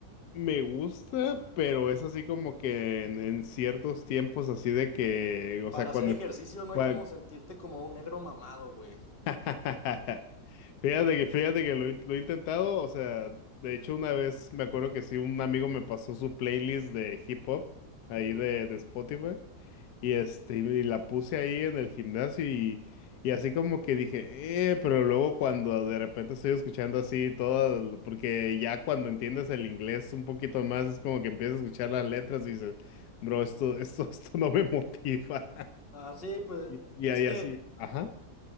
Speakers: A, on the left (about 75°); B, on the left (about 35°).
A: me gusta,
B: Ajá.
A: pero es así como que en, en ciertos tiempos así de que, o
B: Para
A: sea, cuando,
B: hacer ejercicio no hay
A: cua-
B: como sentirte como un negro mamado, güey.
A: <laughs> Fíjate que, fíjate que lo, he lo he intentado, o sea, de hecho una vez me acuerdo que sí, un amigo me pasó su playlist de hip hop ahí
B: Ujú.
A: de, de Spotify. Y este, y la puse ahí en el gimnasio y, y así como que dije, eh, pero luego cuando de repente estoy escuchando así todas, porque ya cuando entiendes el inglés un poquito más, es como que empiezas a escuchar las letras y dices, bro, esto, esto, <laughs> esto no me motiva. <laughs>
B: Ah, sí, pues
A: Y, y
B: es
A: ahí
B: que
A: así, ajá.